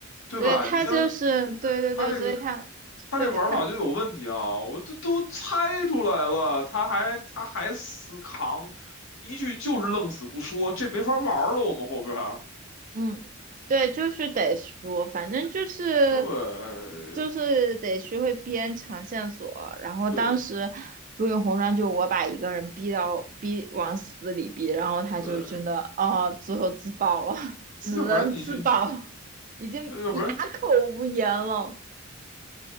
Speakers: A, on the left; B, on the right.
A: 对吧？
B: 所以他就是对对对，
A: 你像他这个，
B: 所以他对他。
A: 他这玩法就有问题啊！我都都猜出来了，他还他还死扛，一句就是愣死不说，这没法玩了。我们后边儿
B: 嗯，对，就是得说，反正就是
A: 对
B: 就是得学会编长线索。然后当时如影红妆，
A: 对
B: 就我把一个人逼到逼往死里逼，然后他就真的哦，
A: 对，
B: 最后自爆了，<laughs> 只能自爆，
A: 要不然你去，
B: 已经哑口无言了。
A: 要不然。